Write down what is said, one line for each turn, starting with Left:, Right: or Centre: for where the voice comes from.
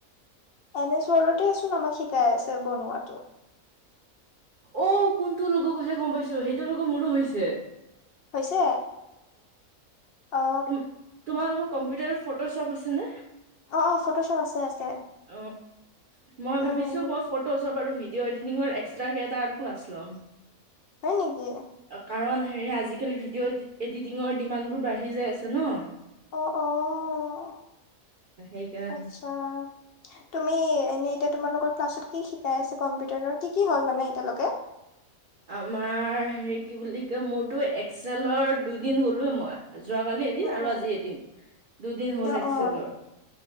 Left: এম এছ উৱ চৰ্্ডতে ছোন আমাক শিকাই আছে বনোৱাটো।
Right: অ কোনটো লগৰ কৈছে গম পাইছোঁ সেইটোৰ লগৰ মোৰো হৈছে।
Left: হৈছে। অ
Right: তো তোমালোকৰ কম্পিউটাৰত ফটো শ্বপ আছে নে।
Left: অ, অ, ফটো শ্বপ আছে আছে।
Right: অ মই ভাবিছোঁ
Left: উম
Right: মই ফটো শ্বপ আৰু ভিডিঅ' এডিটিঙৰ এক্সট্ৰা এটাকে আৰু ক্লাছ ল'ম।
Left: হয় নেকি?
Right: কাৰণ হেৰি আজিকালি ভিডিঅ' এডিটিঙৰ ডিমাণ্ডবোৰ বাঢ়ি যায় আছে ন।
Left: অ, অ, অহ।
Right: সেইকাৰণে
Left: আচ্ছা তুমি এনেই। এতিয়া তোমালোকৰ ক্লাছত কি শিকাই আছে কম্পিউটাৰৰ কি কি হল মানে এতিয়ালৈকে।
Right: আমাৰ হেৰি কি বুলি কয় মোৰতো এক্সেলৰ দুইদিন গলোৱে মই। যোৱাকালি এদিন
Left: উম
Right: আৰু আজি এদিন, দুদিন হ'ল
Left: অ
Right: এক্সেলৰ।
Left: অ